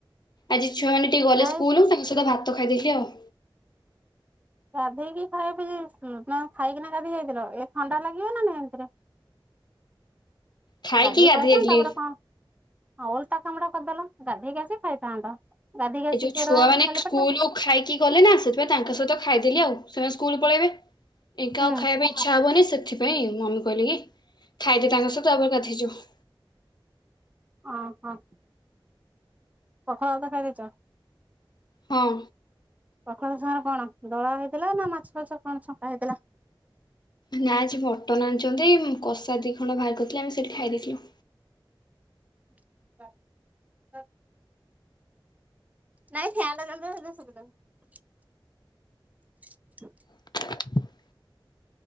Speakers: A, on the left; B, on the right.
A: ଆଜି ଛୁଆମାନେ ଟିକେ ଗଲେ
B: ଖାଇ
A: ସ୍କୁଲ ତାଙ୍କ ସହିତ ଭା ଭାତ ଖାଇ ଦେଇଥିଲି ଆଉ।
B: ଗାଧେଇକି ଖାଇବାକୁ ଯାଇଥିଲ, ନା ଖାଇକିନା ଗାଧେଇ ଯାଇଥିଲ, ଏ ଥଣ୍ଡା ଲାଗିବ ନା ନାଇଁ ଏମିତିରେ?
A: ଖାଇକି
B: ଗାଧେଇକି
A: ଗାଧେଇ
B: ପଳେଇ ଆସିଥାନ୍ତ
A: ଯାଇଥିଲି।
B: ତାପର କଣ ହଁ, ଓଲଟା କାମଟା କରିଦେଲ ଗାଧଇକି ଆସିକି ଖାଇଥାନ୍ତ, ଗାଧଇକି
A: ଏ
B: ଆସିକି
A: ଯୋଉ
B: କିଏ
A: ଛୁଆ
B: ରହେକି
A: ମାନେ
B: ଖାଲି
A: ସ୍କୁଲରୁ
B: ପେଟରେ?
A: ଖାଇକି ଗଲେ ନା ସେଥିପାଇଁ ତାଙ୍କ ସହିତ ଖାଇଦେଲି ଆଉ, ସେମାନେ ସ୍କୁଲ ପଳେଇବେ ଏକା
B: ହୁଁ
A: ଆଉ ଖାଇବା ପାଇଁ ଇଛା ହବନି ସେଥିପାଇଁ ମମି କହିଲେ କି, ଖାଇଦେ ତାଙ୍କ ସହିତ ତାପରେ ଗାଧଇ ଯିବୁ।
B: ଅଁ ହଁ। ପଖାଳ ଭାତ ଖାଇ ଦେଇଚ?
A: ହଁ।
B: ପଖାଳ ସାଙ୍ଗରେ କଣ ଦଳା ହେଇଥିଲା ନା ମାଛ ଫାଛ କଣ ଛଙ୍କା ହେଇଥିଲା?
A: ନା ଆଜି ମଟନ ଆଣିଛନ୍ତି, କଷା ଦି ଖଣ୍ଡ ବାହାର କରିଥିଲେ ଆମେ ସେଇଠି ଖାଇ ଦେଇଥିଲୁ।
B: <unintelligible> ନାଇଁ, ଫ୍ୟାନ୍ ଟା ଚାଲୁଥିଲା ତ ସେଥିପାଇଁ ଶୁଭିଲାନି।
A: <inaudible>